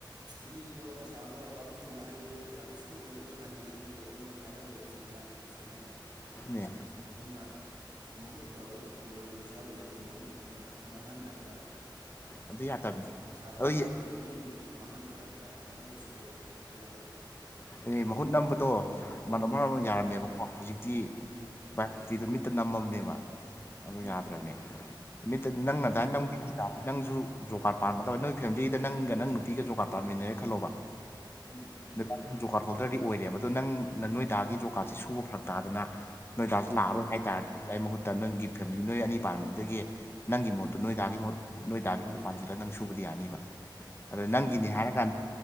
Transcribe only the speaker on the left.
ꯌꯥ
ꯑꯗꯨ ꯌꯥꯗꯕꯅꯤ
ꯑꯗꯨ
ꯑꯦ ꯃꯍꯨꯠ ꯅꯝꯕꯗꯣ ꯃꯔ ꯑꯃ
ꯌꯥꯔꯝꯃꯦꯕꯀꯣ ꯍꯧꯖꯤꯛꯇꯤ
ꯚꯥꯏꯔꯛꯇꯤꯗꯣ ꯃꯤꯠꯇ ꯅꯝꯃꯝꯅꯦꯕ ꯑꯗꯨ
ꯌꯥꯗ꯭ꯔꯕꯅꯦ ꯅꯨꯃꯤꯠꯇꯗꯤ ꯅꯪꯅ
ꯑꯗꯨꯗꯥꯏꯅ ꯅꯪꯗꯤ ꯅꯪꯁꯨ ꯖꯣ ꯀꯥꯔꯠ ꯄꯥꯟꯒꯗꯕ ꯅꯣꯏ ꯐꯦꯃꯤꯂꯤꯗ ꯅꯪꯒ ꯅꯪ ꯅꯨꯄꯤꯒꯖꯣ ꯀꯥꯔꯠ ꯄꯥꯟꯃꯤꯟꯅꯔ ꯈꯜꯂꯣꯕ
ꯀꯥꯟ ꯖꯣ ꯀꯥꯔꯠ ꯍꯣꯜꯗꯔꯗꯤ ꯑꯣꯏꯔꯦꯕ ꯑꯗꯣ ꯅꯪ ꯅꯣꯏ ꯗꯥꯒꯤ ꯖꯣ ꯀꯥꯔꯗꯁꯦ ꯁꯨꯕ ꯐꯔꯛ ꯇꯥꯗꯅ ꯅꯣꯏꯗꯥꯁ ꯂꯥꯛꯑꯔꯣꯏ
ꯍꯥꯏꯇꯥꯔꯗꯤ ꯑꯗꯨ ꯃꯍꯨꯠ ꯅꯪꯒꯤ ꯐꯦꯃꯤꯂꯤ ꯅꯣꯏ ꯑꯅꯤ ꯄꯥꯟꯕꯗꯨꯗꯒꯤ ꯅꯪꯒꯤ ꯃꯍꯣꯠꯇꯣ ꯅꯣꯏ ꯊꯥꯒꯤ ꯃꯍꯣꯠ ꯅꯣꯏ ꯇꯥꯒꯤ ꯃꯄꯥꯟꯁꯤꯗ ꯅꯪ ꯁꯨꯕꯗꯤ ꯌꯥꯅꯤꯕ ꯑꯗ ꯅꯪꯒꯤꯅꯤ
ꯍꯥꯏꯔꯀꯥꯟꯗ